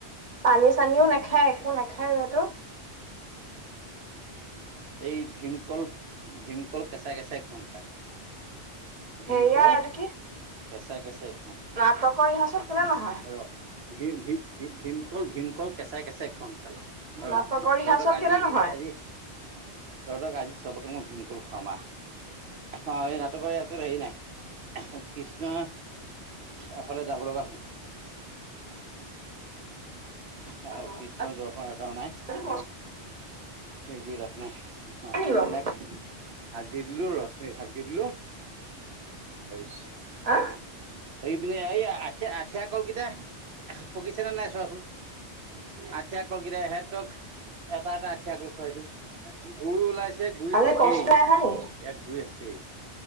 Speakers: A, on the right; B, on the right.
A: পানী, চানীও, নাখায়, একো নাখায় লৰাটো
B: এই, ভীমকল ভীমকল কেঁচাই কেঁচাই খোৱাম তাক ভীমকল,
A: হেৰিয়া এইটো কি
B: কেচাই কেচাই খোৱাম।
A: নাটকৰ ৰিহাৰ্চেল কেলে
B: ভিৰ,
A: নহয়?
B: ভিত, ভিৰ, কল, ভীমকল কেচাই, কেচাই, খোৱাম চালা। তহঁতক
A: নাটকৰ ৰিহাৰ্চেল
B: আজি
A: কেলে নহয়?
B: আজি তঁহতক, আজি সবকে মই ভীমকল খোৱাম আহ। অ', এই নাটকৰে আচল হেৰি নাই। কৃষ্ণ এফালে যাব লগা হ'ল। অ',
A: আজি
B: দৰ্শন এটাও নাই।
A: কস্তুৰিও
B: সেই কৰি লাভ নাই। অ
A: নাই
B: ',
A: নি
B: অনন্যাক
A: বাৰু
B: হাত দি দিলো, ৰশ্মিক হাত দি দিলো সেই
A: হা?
B: পিনে, এই আঠিয়া, আঠিয়া, কলকেইটা পকিছেনে নাই চোৱাচোন আঠিয়া, কলকেইটা ইহতক এটা এটা আঠিয়া কল খোৱাই দিয়ো। গুই ওলাইছে, গুই
A: আজি
B: থাকেই,
A: কষ্ট নাই অহা নি?
B: ইয়াত গুই আছেই।